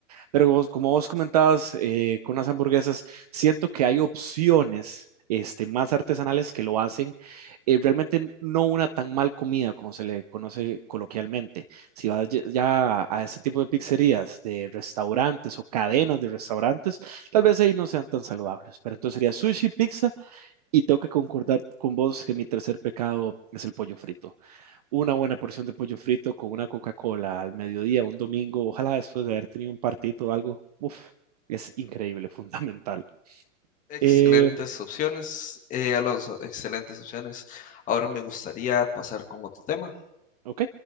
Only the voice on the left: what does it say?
Excelentes
opciones, eh, Alonso, excelentes opciones. Ahora me gustaría pasar con otro tema.